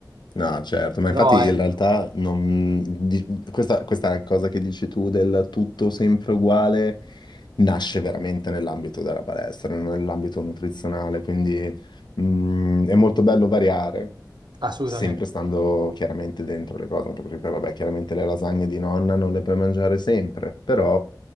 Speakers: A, on the left; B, on the right.
A: No, certo, ma
B: Però
A: infatti
B: ecco,
A: in realtà non- di- questa, questa cosa che dici tu del tutto sempre uguale nasce veramente nell'ambito della palestra, non nell'ambito nutrizionale, quindi mm, è molto bello variare,
B: assolutamente.
A: sempre stando chiaramente dentro le cose, anche perché poi, vabbè, chiaramente le lasagne di nonna non le puoi mangiare sempre, però,